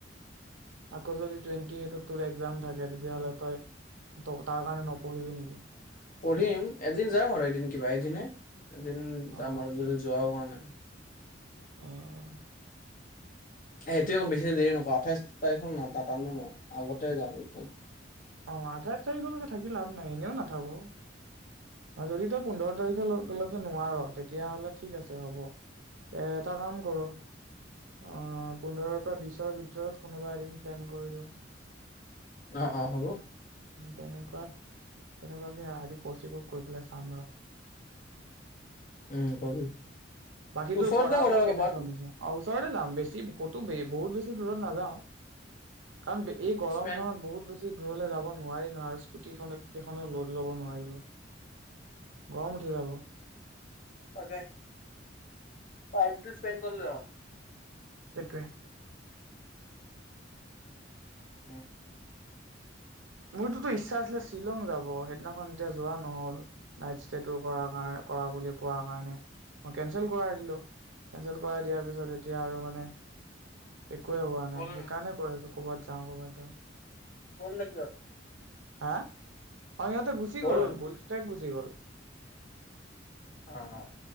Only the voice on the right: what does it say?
আকৌ যদি টুৱেটি একজাম থাকে তেতিয়াহলে তই তাৰ কাৰনে নপঢ়িবি নেকি?
অ
অ'হ
অ আঠাইছ তাৰিখ হলেক ল থাকি লাভ নাই এনেও নাথাকোঁ যদি তই পোন্ধৰ তাৰি নোৱাৰ তেতিয়লে ঠিক আছে হ'ব। এ কাম কৰো অ', পোন্ধৰৰ পৰা বিছ ভিতৰত কোনোবা এদিন প্লেন কৰি দিওঁ।
তেনেকুৱা-তেনেকুৱাকে আজি কৌচিকক কৈ পেলাই চাম ৰ।
বাকী তোৰ
পঢ়া
শুনা
কেনে
চলিছে? ওচৰতে যাম বেছি ক'তো বহুত বেছি দূৰত নাযাওঁ। কাৰণ এই গৰমখনত
বহুত বেছি দূৰ হলে যাব নোৱাৰি ন আৰু। স্কুটি খনে কেইখনোও লোড ল'ব নোৱাৰিব। গৰম উঠি যাব।
সেইটোৱে।
মোৰতটোতো ইচ্ছা আছিলে শ্বিলং যাব সেইদিনাখন এতিয়া যোৱা নহ'ল নাইট ষ্টেটো কৰা-কাৰ-কৰা বুলি কোৱা কাৰণে মই কেনচেল কৰাই দিলো কেচেল কৰাই দিয়াৰ পিছত এতিয়া আৰু মানে একোৱে হোৱা নাই,
সেইকাৰণে কৈ আছো কৰ'ৰবাত যাওঁ, কৰ'ৰবাত যাওঁ।
হা, অ', সিহঁতে গুচি
গলুলষ্ট্ৰক গুচি গ'ল। <unintelligible>